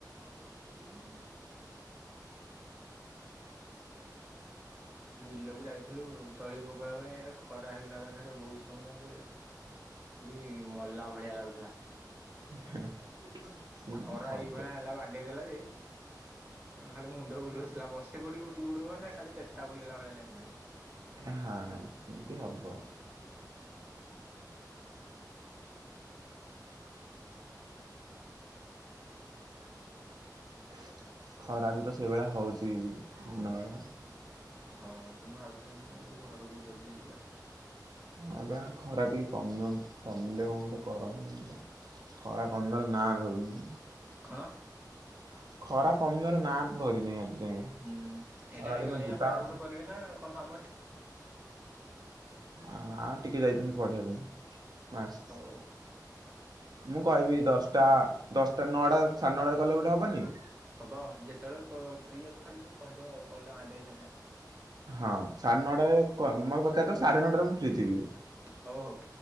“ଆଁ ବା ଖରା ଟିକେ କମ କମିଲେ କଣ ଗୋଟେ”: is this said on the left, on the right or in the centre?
Right